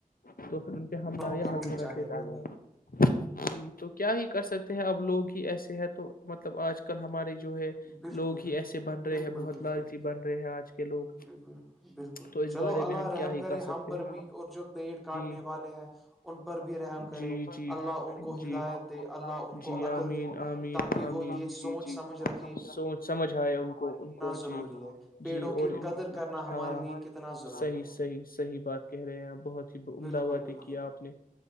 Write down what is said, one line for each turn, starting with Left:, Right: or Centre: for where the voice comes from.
Left: <unintelligible> ان پہ حملہ
Centre: والوں
Left: یہاں
Centre: کے
Left: بھی
Centre: بیچ
Left: کر
Centre: آنے
Left: دیتا
Centre: کے
Left: ہے
Centre: لیے
Left: ج تو کیا ہی کر سکتے ہیں اب لوگ ہی ایسے ہیں تو مطلب آج کل ہمارے جو ہے
Centre: بالکل
Left: لوگ ہی ایسے بن رہے
Centre: بالکل
Left: ہیں بہت
Centre: بالکل
Left: لالچی بن رہے ہیں آج کے لوگ
Centre: بالکل بالکل
Left: تو اس
Centre: چلو
Left: بارے
Centre: اللہ
Left: میں ہم
Centre: رحم
Left: کیا ہی
Centre: کرے
Left: کر سکتے
Centre: ہم پر
Left: ہیں
Centre: بھی اور جو پیڑ کاٹنے
Left: جی
Centre: والے ہیں ان پر بھی رحم
Left: ہیں
Centre: کرے
Left: جی ان پر بھی جی رحم
Centre: اللہ
Left: کرے،
Centre: ان کو
Left: جی
Centre: ہدایت
Left: اللہ ان
Centre: دے
Left: کو ہدایت
Centre: اللہ ان
Left: دے،
Centre: کو
Left: جی اللہ
Centre: عقل
Left: ان
Centre: دے
Left: آمین
Centre: تاکہ
Left: کو عقل آمین
Centre: وہ
Left: دے
Centre: یہ
Left: آمین تاکہ
Centre: سوچ
Left: وہ جی یہ
Centre: سمجھ
Left: جی
Centre: رکھ
Left: سوچ سمجھ آئے ان کو ان کو
Centre: ضروری
Left: جی
Centre: ہے پیڑوں
Left: جی اور
Centre: کی قدر کرنا ہمارے
Left: ہاں
Centre: لیے کتنا ضروری
Left: صحیح
Centre: ہے
Left: صحیح صحیح بات کہہ رہے ہیںپ بہت ہی عمدہ
Centre: بالکل
Left: باتیں
Centre: بالکل
Left: کیا آپ نے